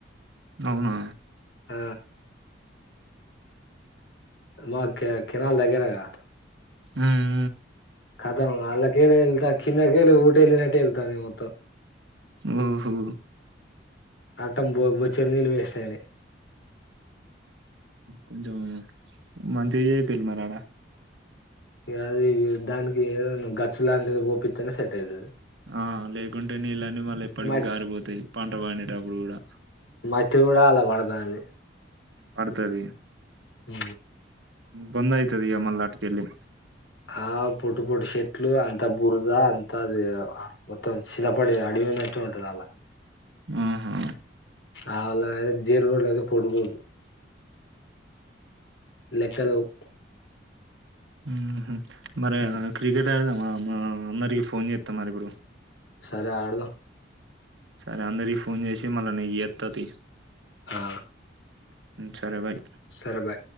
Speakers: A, on the right; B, on the left.
A: అవునా
B: ఆ మాడ్ కనాల్ దగరగా
A: మ్మ్
B: కదం అలా అేంత కిన్న గెలు ఊటెల్లినట్టే ఎల్తే అది మొత్తం
A: ఉహూ
B: అట్టం బో బొచ్చడి నీళ్ళు వేస్ట్ అయినయి
A: కొంచం మంచిగా చెయ్పియిల్లీ మరి ఆడ
B: ఇగ అది దానికి ఏదైనా గచ్చు లాంటిది పోపి తేనే సెట్ అయితది
A: ఆ లేేకుం టే నీళ్ళన్నీ మళ్ళీ ఎప్పటికిీ
B: మట్
A: కారిపోతాయి పంట పండేటప్పుడు కూడా
B: మట్టి కూడా అల్ల వడుతంది
A: పడుతది
B: హ
A: బంద్ అయితది ఇగ మల్ల అటుకెల్లి
B: ఆవ్ పొట్టు పొట్టు చెట్లు అంత బురద అది మ్ షినపాటీ అడవి ఉన్నట్టే ఉంటది అల్లా
A: ఆహా
B: అవాళ్లదయితే జేర్గోడ్డు అయితే పోటుపోటు లెక్కలేవు
A: ఉహు మరి
B: ఉమ్,
A: ఆ క్రికెట్ ట్ ఆడుదామా మా ఆ అందరికి ఫోన్జెత్త మరి ఇప్పుడు
B: సరే ఆడుదాం
A: సరే అందరికి ఫోన్ చేసి మళ్ళ నీకు చేత్తతీయి
B: ఆ
A: సరే బై
B: సరే బాయ్